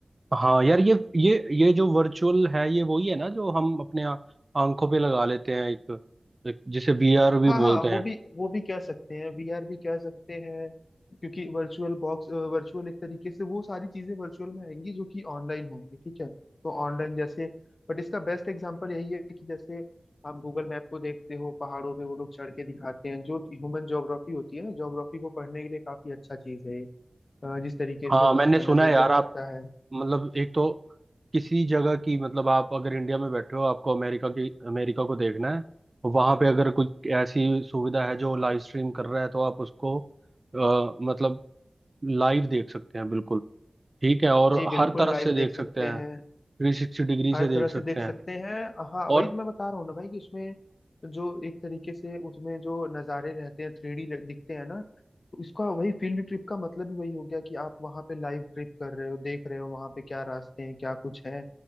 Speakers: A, on the right; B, on the left.
A: हाँ यार ये ये ये जो वर्चुअल है ये वही है ना जो हम अपने आ- आंखों पे लगा लेते हैं एक, एक जिसे वीआर भी
B: हाँ हाँ
A: बोलते हैं
B: वो भी वो भी कह सकते हैं वीआर भी कह सकते हैं क्योंकि वर्चुअल बॉक्स वर्चुअल एक तरीके से वो सारी चीजें वर्चुअल में आएंगी जो कि ऑनलाइन होंगी ठीक है तो ऑनलाइन जैसे बट इसका बेस्ट एग्जांपल यही है कि जैसे आप गूगल मैप को देखते हो पहाड़ों पे वो लोग चढ़ के दिखाते हैं जो ह्यूमन ज्योग्राफी होती है ज्योग्राफी को पढ़ने के लिए काफी अच्छा चीज है ये। अ, जिस तरीके
A: हाँ
B: से वहाँ
A: मैंने
B: का
A: सुना
B: नजरिया
A: है यार
B: रहता
A: आप
B: है
A: मतलब एक तो किसी जगह की मतलब आप अगर इंडिया में बैठे हो आपको अमेरिका की अमेरिका को देखना है वहां पे अगर कुछ ऐसी सुविधा है जो लाइव स्ट्रीम कर रहा है तो आप उसको अ, मतलब लाइव देख सकते हैं बिल्कुल ठीक है और
B: जी बिल्कुल
A: हर तरफ
B: लाइव
A: से देख
B: देख सकते
A: सकते हैं
B: हैं
A: थ्री सिक्सटी डिग्री से
B: हर
A: देख
B: तरह
A: सकते
B: से देख
A: हैं
B: सकते हैं हाँ
A: और
B: वही तो मैं बता रहा हूँ ना भाई कि उसमें जो एक तरीके से उसमें जो नज़ारे रहते हैं थ्री डी दिखते हैं ना तो इसका वही फील्ड ट्रिप का मतलब ही वही हो गया कि आप वहाँ पे लाइव ट्रिप कर रहे हो देख रहे हो वहाँ पे क्या रास्ते हैं क्या कुछ है